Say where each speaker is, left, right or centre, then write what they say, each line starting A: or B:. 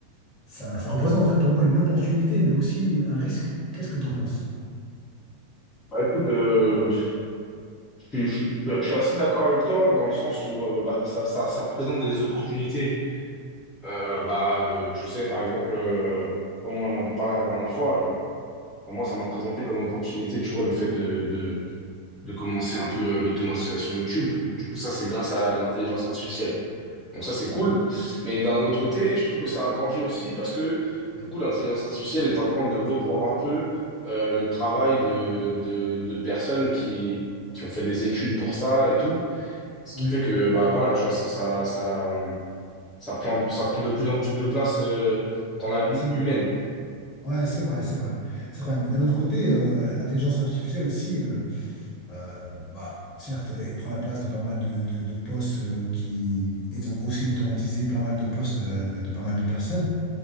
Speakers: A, on the left; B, on the left.
A: ça, ça représenterait pour moi une opportunité, mais aussi un risque. Qu'est-ce que t'en penses?
B: Bah, écoute, euh, je, suis je suis- je suis assez d'accord avec toi dans le sens où euh, bah, ça, ça, ça présente des opportunités. Euh, bah, euh, tu sais, par exemple, euh, comme on en avait parlé la dernière fois, euh, moi, ça m'a présenté comme opportunité, tu vois, le fait de, de, de commencer un peu euh, l'automatisation YouTube. Du coup, ça, c'est grâce à l'intelligence artificielle. Donc ça, c'est cool.
A: Ouais,
B: Mais d'un autre côté, je trouve que c'est un danger aussi parce que du coup, l'intelligence artificielle est en train de reprendre un peu euh, le travail de, de, de personnes qui, qui ont fait des études pour ça et tout. Ce
A: ouais,
B: qui fait que, bah voilà, tu vois, ça, ça, ça, ça prend, ça prend de plus en plus de place euh, dans la vie
A: c'est
B: humaine.
A: ouais, c'est vrai, c'est vrai. C'est vrai, mais d'un autre côté, euh, l'intelligence artificielle aussi, euh, euh, bah, certes, elle prend la place de pas mal de, de, de postes euh, qui... Ils ont aussi automatisé pas mal de postes euh, de, de pas mal de personnes,